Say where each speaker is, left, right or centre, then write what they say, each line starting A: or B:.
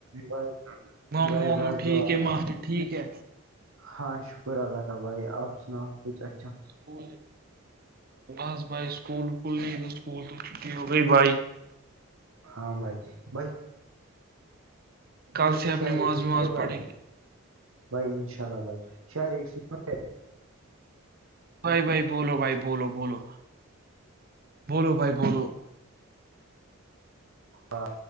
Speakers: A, on the right; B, on the right.
A: بس
B: ماموں
A: بائی
B: واموں
A: بس
B: ٹھیک
A: دو آ
B: ہے ماہر ٹھیک ہے
A: ہاں شکر اللہ کا بھائی آپ سناؤ کچھ اچھا
B: اسکول بس بائی سکول کھولنی تو سکول تو چھٹی ہو گئی بائی
A: ہاں بھائی بائی
B: کل
A: ب
B: سے اب
A: شف
B: نماز وماز
A: سمھے بھائی
B: پڑھیں گے
A: بھائی انشاء اللہ بھائی ش ر
B: بھائی بھائی بولو بھائی بولو بولو بولو بھائی بولو
A: ہاں